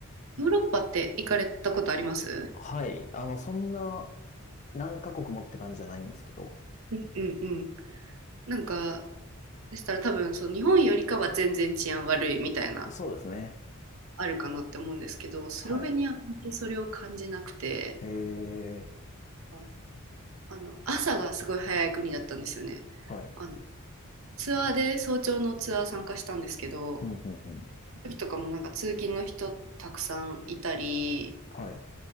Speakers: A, on the right; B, on the left.
A: ヨーロッパって行かれたことあります
B: はい。あの、そんな、何カ国もって感じじゃないんですけど。
A: うんうんうん。なんか、でしたら多分そう、日本よりかは全然治安悪いみたいな、
B: そうですね。
A: あるかなって思うんですけど、スロベニアはあんまりそれを感じなくて、
B: はい。へえ。
A: ああの朝がすごい早い国だったんですよね。
B: はい。
A: あのツアーで早朝のツアー参加したんですけど、
B: うん、うん、うん。
A: 時とかもなんか通勤の人たくさんいたり、
B: はい。